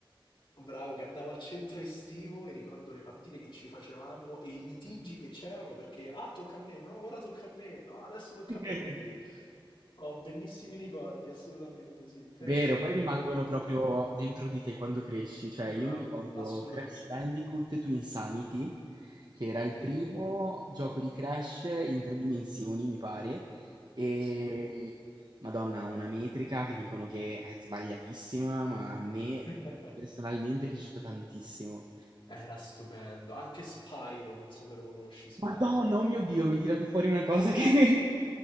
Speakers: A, on the left (about 65°); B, on the right (about 50°).
A: Bravo, che andavo al centro estivo e ricordo le partite che ci facevamo e i litigi che c'erano perché, ah, tocca a me, no, ora tocca a me, no, adesso tocca
B: <laughs>
A: a me, quindi ho bellissimi ricordi, assolutamente, sì. Crash
B: Vero,
A: è
B: poi rimangono proprio dentro di te quando cresci, cioè
A: bravo,
B: io mi ricordo
A: assolutamente.
B: Crash Bandicoot to Insanity, che era il
A: Sì,
B: primo gioco di Crash in tre dimensioni, mi pare, e
A: sì.
B: Madonna, ha una metrica che dicono che è sbagliatissima, ma a me
A: <laughs>
B: personalmente è piaciuto tantissimo.
A: Era stupendo. Anche Spyro, non so se lo conosci, Spyro.
B: Madonna, oh mio Dio, mi hai tirato fuori una cosa
A: Ah,
B: che <laughs>